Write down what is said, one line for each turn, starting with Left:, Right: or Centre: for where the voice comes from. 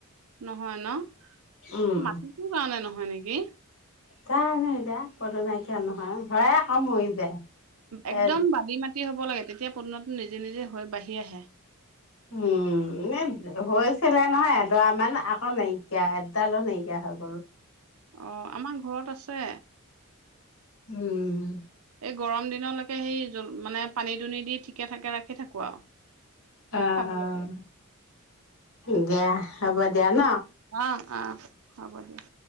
Right: নহয় ন।
Left: উম
Right: মাটিটোও কাৰণে নহয় নেক কি
Left: জানো এতিয়া পদিনা কিয়া নহয় হয় আকৌ মৰি যায়।
Right: একদম
Left: এ
Right: বাটি মাটি হ'ব লাগে। এতিয়া পুদনাটো নিজে নিজে হৈ বাঢ়ি আহে।
Left: উম নেদ হৈছিলে নহয় এডৰা মান আকৌ নাইকিয়া এডালো নাইকিয়া হৈ গ'ল।
Right: অ আমাৰ ঘৰত আছে।
Left: উম।
Right: এই গৰম দিনলৈকে সেই জ মানে পানী দুনি দি ঠিকে ঠাকে ৰাখি থাকো আৰু
Left: আহ
Right: খাবলৈকে
Left: অ' দিয়া। হ'ব দিয়া ন।
Right: অ অ হ'ব দিয়া।